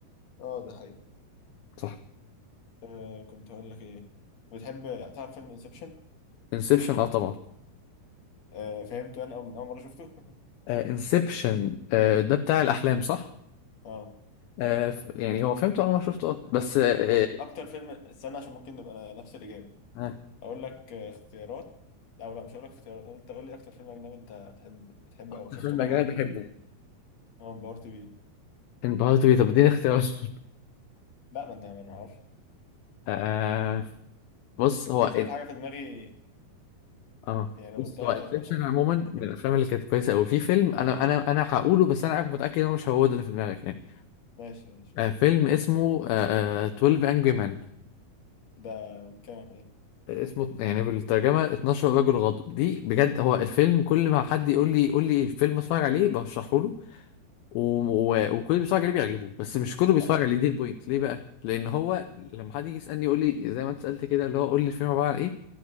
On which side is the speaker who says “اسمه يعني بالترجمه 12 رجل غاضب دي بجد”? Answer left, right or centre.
Left